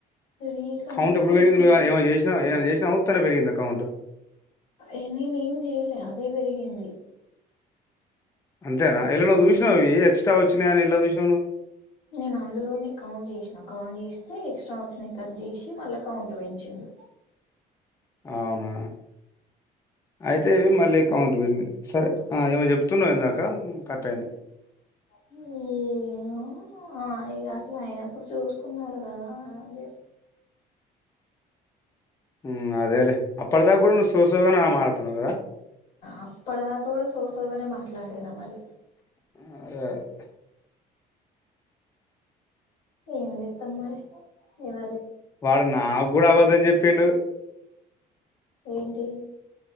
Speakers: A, on the left; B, on the left.
A: రీకనెక్ట్
B: కౌంట్ ఎప్పుడు పెరిగింది
A: ఇప్పుడు
B: నువ్వు ఏమో చేసినా ఏమన్నా చేసినవా ఊత్తనే పెరిగిందా కౌంటు
A: ఎ నేనేం చెయలే అదే పెరిగింది
B: అంతేనా ఎల్లనో చూసినవ్ ఎస్ట్రా వచ్చినయా అని ఏళ్ల చూసినవ్ నువ్
A: నేను అందులోనే కౌంట్ చేసినా కౌంట్ చేస్తే ఎక్స్ట్రా వోచ్చినాయి ని కట్ చేసి మళ్ళా కౌంట్ పెంచిండు
B: అవునా అయితే ఇవి మళ్ళీ కౌంట్ పెరిగిందండి సరే ఏమో చెప్తున్నాయిందాక కట్ అయింది
A: హ్మ్మ్ ఏమో ఆ ఇగ అట్లా అయినప్పుడు చూసుకున్నాడు కదా అని చె
B: ఉ అదేలే అప్పదాకా కూడా సోసోగనే మాట్లాడుతున్నావు గద
A: అప్పటి దాకా కూడా సోసోగానే మాట్లాడినా మరి
B: అ
A: ఏం జేతం మరి ఎవ
B: వాడు నాకు కూడా ఆపద్ధం చెప్పిండు
A: ఏంటి